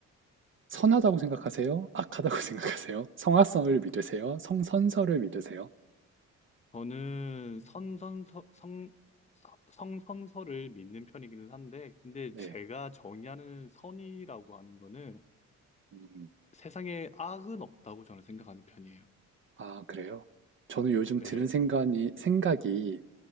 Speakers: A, on the right; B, on the left.
A: 선하다고 생각하세요? 악하다고 <laughs> 생각하세요? 성악성을 믿으세요? 성선설을 믿으세요?
B: 저는 선선서 성 서- 성선서를 믿는 편이기는 한데 근데
A: 네.
B: 제가 정의하는 선이라고 하는 거는
A: 음.
B: 세상에 악은 없다고 저는 생각하는 편이에요.
A: 아, 그래요? 저는 요즘
B: 네.
A: 드는 생각이, 생각이